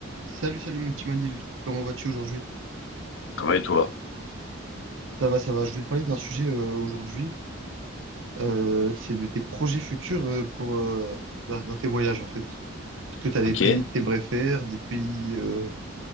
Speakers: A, on the right; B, on the left.
A: Salut, salut mon petit Manil, comment vas-tu aujourd'hui?
B: Ça va et toi.
A: Ça va, ça va. Je vais te parler d'un sujet euh, aujourd'hui, Euh, c'est de tes projets futurs euh, pour euh, bah, dans tes voyages en fait. Est-ce que tu as des
B: Ok.
A: pays que tu aimerais faire, des pays, euh,